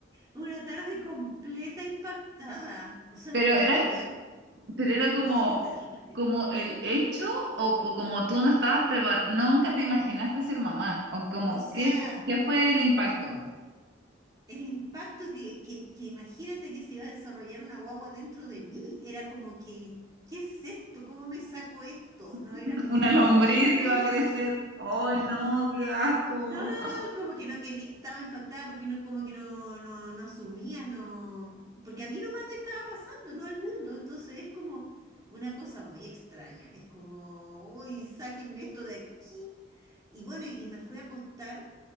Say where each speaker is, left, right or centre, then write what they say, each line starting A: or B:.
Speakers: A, on the right; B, on the right.
A: una tarde completa impactada. O sea,
B: Pero
A: que no
B: era.
A: podía... <laughs>
B: Pero era como,
A: ¡Ay, qué terrible!
B: como el hecho o, o como tú no estabas preparada, nunca te imaginaste ser mamá, o como
A: O
B: qué,
A: sea,
B: qué fue el impacto.
A: o- el impacto que, que, que imagínate que se iba a desarrollar una guagua dentro de mí. Era como que, ¿qué es esto? ¿Cómo me saco esto? No
B: <laughs>
A: era como
B: Una
A: que no
B: lombriz
A: quería esa
B: iba
A: realidad.
B: a crecer. ¡Ay, no, qué asco!
A: No, como que no quería, estaba impactada porque no, como que no, no, no asumía, no, porque a mí nomás me estaba pasando, no al mundo, entonces es como una cosa muy extraña, es como, uy, sáquenme esto de aquí. Y bueno, y, y me fui a acostar,